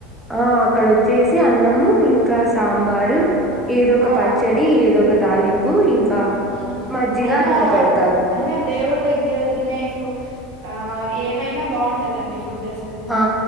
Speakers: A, in the centre; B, on the right.
A: ఆ అక్కడ వచ్చేసి అన్నము ఇంకా సాంబారు ఏదో ఒక
B: ఆ
A: పచ్చడి ఏదో ఒక తాలింపు ఇంకా
B: హ్మ్
A: మజ్జిగా
B: అయినా
A: అట్లా పెడతారు
B: అయినా దేవుడి దగ్గర తినే ఫు ఆ ఏమైనా బాగుంటదండి ఫుడ్ అసలు
A: ఆ